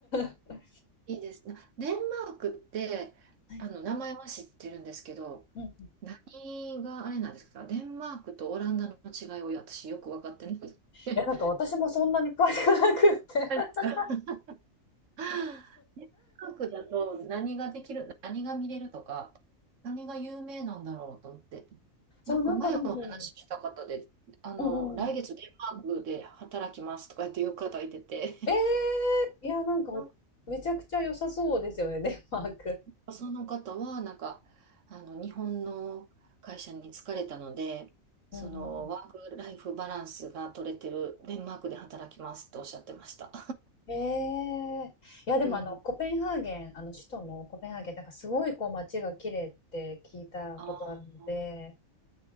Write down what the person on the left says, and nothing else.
<laughs> は
い。
<laughs>
うんうん
や、なんか私もそんなに詳しくなくって <laughs>
そう、
なんかでも、
うんうん。
えー、いや、なんか
めちゃくちゃ良さそうですよね、デンマーク。
うんうん
うん、えー、いや、でもあの、
コペンハーゲン、あの首都のコペンハーゲン、なんかすごいこう街が綺麗って聞いたことあるので、